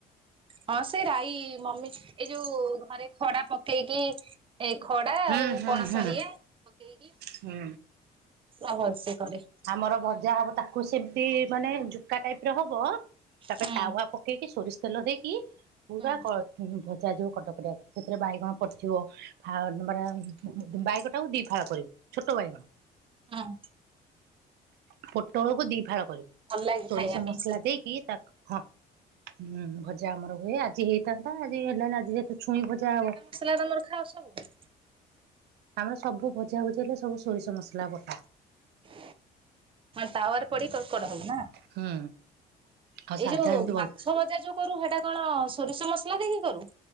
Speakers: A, on the right; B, on the right.
A: ହଁ ସେ ରାଇ ମମି ଏଇ ଯୋଉ ଘରେ ଖଡା ପକେଇକି ଏଇ ଖଡା ଆଉ
B: ହୁଁ ହୁଁ
A: ପଣସ
B: ହୁଁ
A: ଇଏ ପକେଇକି
B: ହୁଁ।
A: ଆ ଭଲ ସେ କରେ।
B: ଆମର ଭଜା ହବ ତାକୁ ସେମ୍ତି ମାନେ ଝୁକା ଟାଇପ ର ହବ। ତାପରେ
A: ହୁଁ
B: ତାୱା ପକେଇକି ସୋରିଷ୍ ତେଲ ଦେଇକି ପୁରା
A: ହୁଁ
B: କ ଭଜା ଯିବ କଟକଟିଆ କରି ସେଥିରେ ବାଇଗଣ ପଡିଥିବ। ଆଉ ନମ୍ବର ବାଇଗଟାକୁ ଦି ଫାଳ କରିବୁ ଛୋଟ ବାଇଗଣ।
A: ହଁ।
B: ପୋଟଳକୁ ଦି ଫାଳ କରିବୁ
A: ଭଲ ଲାଗେ
B: ସୋରିଷ
A: ଖାଇବା ପାଇଁ
B: ମସ୍ଲା
A: ସେ ସବୁ।
B: ଦେଇକି ତାକୁ ହଁ ହୁଁ ଭଜା ଆମର ହୁଏ ଆଜି ହେଇଥାନ୍ତା ଆଜି ହେଲାଣି ଆଜି ଯେହେତୁ ଛୁଇଁ ଭଜା ହବ।
A: ମସ୍ଲାଦମର ଖାଅ ସବୁ?
B: ଆମର ସବୁ ଭଜା ଭୁଜି ହେଲେ ସବୁ ସୋରିଷ ମସଲା ବଟା
A: ଆ ତାୱା ରେ ପଡିି କଡ କଡ଼ା ହବ ନା
B: ହୁଁ ଆଉ ସାଧା
A: ଏଇ ଯୋଉ
B: ଏମିତି ଭଲ
A: ମାଛ ଭଜା ଯୋଉ କରୁ ହେଟା କଣ ସୋରିଷ ମସଲା ଦେଇକି କରୁ?